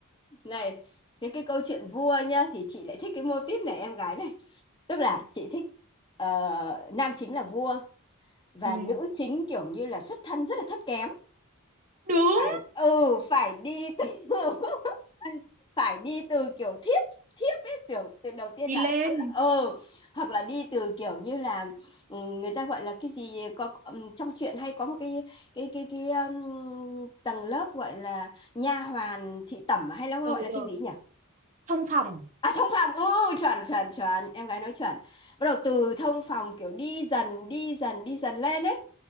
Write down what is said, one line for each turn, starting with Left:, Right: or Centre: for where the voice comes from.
Left: này thế cái câu chuyện vua nhá thì chị lại thích cái mô típ này em gái này tức là chị thích ờ, nam chính là vua và
Right: ừ.
Left: nữ chính kiểu như là xuất thân rất là thấp kém
Right: đúng
Left: phải ừ phải đi từ <laughs> phải đi từ kiểu thiếp thiếp ấy kiểu từ đầu tiên
Right: đi
Left: là
Right: lên
Left: tức là ừ hoặc là đi từ kiểu như là ừ, người ta gọi là cái gì có ừm, trong truyện hay có một cái cái cái cái ừm, tầng lớp gọi là nha hoàn thị tẩm hay là nó
Right: rồi
Left: gọi là cái
Right: rồi
Left: gì nhỉ
Right: thông phòng
Left: À thông phòng ừ chuẩn chuẩn chuẩn em gái nói chuẩn bắt đầu từ thông phòng kiểu đi dần đi dần đi dần lên ấy